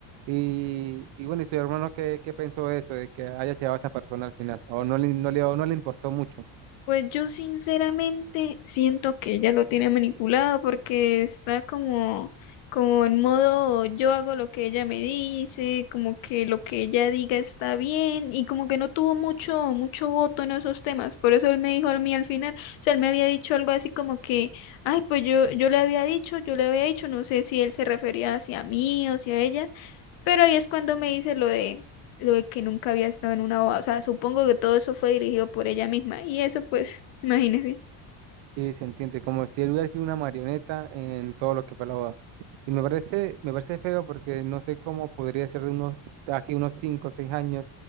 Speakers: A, on the right; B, on the left.
A: Y, y bueno, ¿y tu hermano qué, qué pensó de eso, de que haya llevado a esa persona al final? ¿O no le, no le, no le importó mucho?
B: Pues yo sinceramente siento que ella lo tiene manipulado porque está como, como en modo yo hago lo que ella me dice, como que lo que ella diga está bien y como que no tuvo mucho, mucho voto en esos temas. Por eso él me dijo a mí al final, o sea, él me había dicho algo así como que, ay, pues yo, yo le había dicho, yo le había dicho, no sé si él se refería hacia mí o hacia ella, pero ahí es cuando me dice lo de lo de que nunca había estado en una boda. O sea, supongo que todo eso fue dirigido por ella misma. Y eso, pues, imagínese.
A: Sí, se entiende, como si él hubiera sido una marioneta en todo lo que fue la boda. Y me parece, me parece feo porque no sé cómo podría ser de unos, de aquí unos 5 o 6 años,